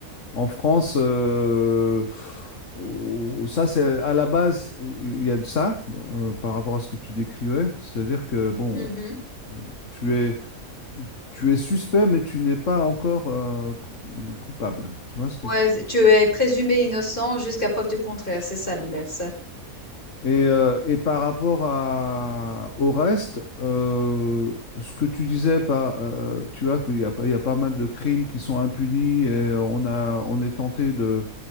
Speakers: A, on the left (about 60°); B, on the left (about 35°).
A: en France, euh, oh, ça, c'est à la base, il y a de ça dans- euh, par rapport à ce que tu décrivais, c'est-à-dire que, bon,
B: Mmh
A: tu es, tu es suspect, mais tu n'es pas encore euh, cou- coupable. Tu vois ce que
B: Ouais,
A: je
B: tu es présumé innocent jusqu'à preuve du contraire, c'est ça l'inverse.
A: Et, euh, et par rapport à, au reste, euh, ce que tu disais, pas, euh, tu vois qu'il y a, pas- il y a pas mal de crimes qui sont impunis et on a, on est tenté de,